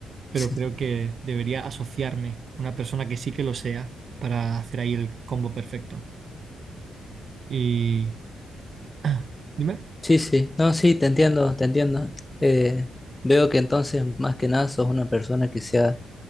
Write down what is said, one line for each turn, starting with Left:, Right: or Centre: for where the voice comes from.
Right: pero
Left: <laughs>
Right: creo que debería asociarme con una persona que sí que lo sea para hacer ahí el combo perfecto. Y... <clears throat> Dime.
Left: Sí, sí, no, sí, te entiendo, te entiendo. Eh, veo que entonces, más que nada, sos una persona que se ha